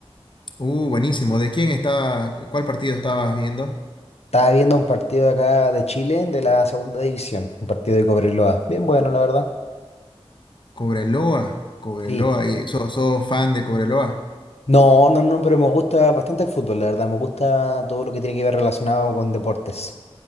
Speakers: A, on the left (about 50°); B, on the left (about 85°).
A: Uh, buenísimo. ¿De quién estaba, cuál partido estabas viendo?
B: Estaba viendo un partido de acá de Chile, de la segunda división, un partido de Cobreloa. Bien bueno, la verdad.
A: Cobreloa, Cobreloa,
B: Sí.
A: y sos, sos fan de Cobreloa.
B: No, no, no, pero me gusta bastante el fútbol, la verdad. Me gusta todo lo que tiene que ver relacionado con deportes.